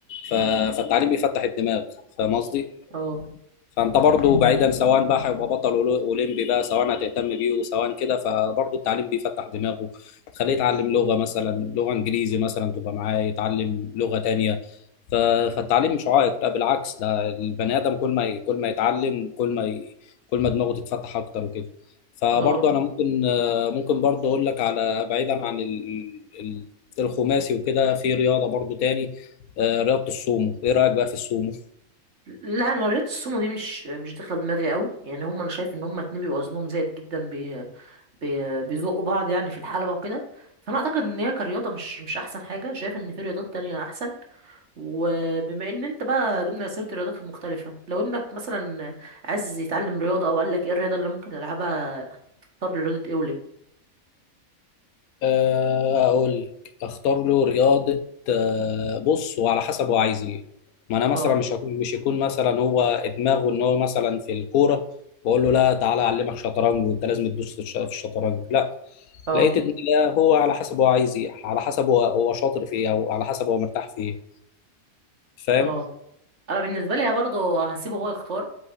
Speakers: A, on the left (about 80°); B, on the right (about 50°).
A: ف- فالتعليم بيفتح الدماغ فاهم قصدي
B: اه
A: فانت برضو بعيدا سواء بقى هيبقى بطل أولو- اولمبي بقى سواء هتهتم بيه وسواء كده فبرضو التعليم بيفتح دماغه تخليه يتعلم لغة مثلا لغة انجليزي مثلا تبقى معاه يتعلم لغة تانية ف... فالتعليم مش عائق لا بالعكس ده البني ادم كل ما ي... كل ما يتعلم كل ما ي... كل ما دماغه تتفتح اكتر وكده فبرضو
B: اه
A: انا ممكن آه، ممكن برضو اقول لك على بعيدا عن ال... ال... الخماسي وكده في رياضة برضو تاني آه، رياضة السومو ايه رأيك بقى في السومو
B: لا انا رياضه السومو دي مش مش داخله دماغي قوي يعني هم انا شايف ان هم اتنين بيبقوا وزنهم زايد جدا بي بي بيزقوا بعض يعني في الحلبه وكده فانا اعتقد ان هي كرياضه مش مش احسن حاجه شايف ان في رياضات تانية احسن وبما ان انت بقى جبنا سيره الرياضات المختلفه لو ابنك مثلا عايز يتعلم رياضه او قال لك ايه الرياضه اللي أنا ممكن العبها هتختار رياضه ايه وليه
A: آه، اقول لك اختار له رياضه آه، بص وعلى حسب هو عايز ايه ما انا
B: اه
A: مثلا مش هكون مش يكون مثلا هو دماغه ان هو مثلا في الكوره بقول له لا تعالى اعلمك شطرنج وانت لازم تدوس في الش- في الشطرنج لا
B: اه
A: لقيت ان لا هو على حسب هو عايز ايه على حسب هو هو شاطر في ايه او على حسب هو مرتاح في ايه فاهم
B: اه انا بالنسبه لي برضه هسيبه هو يختار